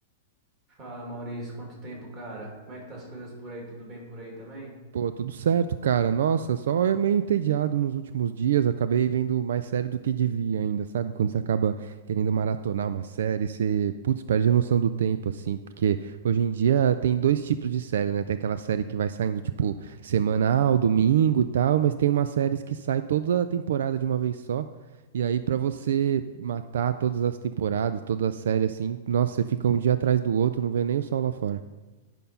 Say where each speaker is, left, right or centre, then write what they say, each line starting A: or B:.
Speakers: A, on the right (about 25°); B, on the right (about 70°).
A: Fala, Maurício, quanto tempo, cara? Como é que tá as coisas por aí? Tudo bem por aí também?
B: Pô, tudo certo, cara. Nossa, só eu meio entediado nos últimos dias. Acabei vendo mais série do que devia ainda, sabe? Quando você acaba querendo maratonar uma série, você, putz, perde a noção do tempo, assim. Porque hoje em dia tem dois tipos de série, né? Tem aquela série que vai saindo, tipo, semanal, domingo e tal, mas tem umas séries que sai toda a temporada de uma vez só. E aí, pra você matar todas as temporadas, toda a série, assim, nossa, você fica um dia atrás do outro, não vê nem o sol lá fora.